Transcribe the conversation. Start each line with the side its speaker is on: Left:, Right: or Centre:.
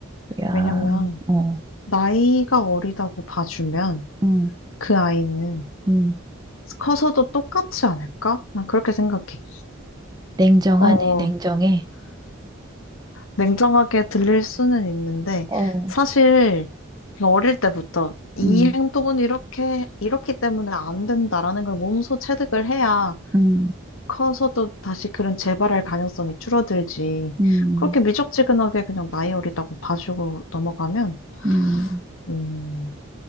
Right: 야,
Left: 왜냐면
Right: 어,
Left: 나이가 어리다고 봐주면
Right: 음,
Left: 그 아이는
Right: 음.
Left: 커서도 똑같지 않을까? 난 그렇게 생각해.
Right: 냉정하네,
Left: 어,
Right: 냉정해.
Left: 냉정하게 들릴 수는 있는데
Right: 어,
Left: 사실 어릴 때부터 이
Right: 음,
Left: 행동은 이렇게, 이렇기 때문에 안 된다라는 걸 몸소 체득을 해야
Right: 음,
Left: 커서도 다시 그런 재발할 가능성이 줄어들지.
Right: 음,
Left: 그렇게 미적지근하게 그냥 나이 어리다고 봐주고 넘어가면,
Right: 음.
Left: 음,